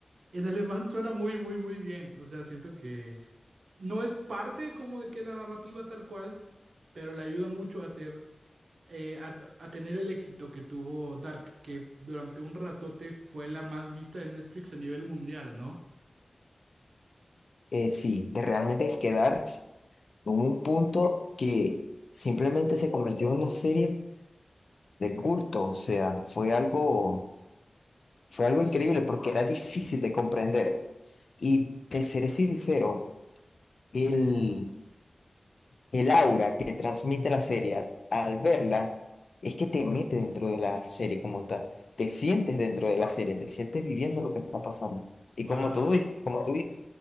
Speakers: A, on the right; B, on the left.
A: En alemán suena muy, muy, muy bien. O sea, siento que no es parte como de que la narrativa tal cual, pero le ayuda mucho a hacer, eh, a, a tener el éxito que tuvo Dark, que durante un ratote fue la más vista de Netflix a nivel mundial, ¿no?
B: Eh, sí, de realmente quedar en un punto que simplemente se convirtió en una serie de culto, o sea, fue algo, fue algo increíble porque era difícil de comprender. Y te seré sincero, el, el aura que transmite la serie al verla es que te mete dentro de la serie como tal, te sientes dentro de la serie, te sientes viviendo lo que está pasando. Y
A: Wow.
B: como tú, dices- como tú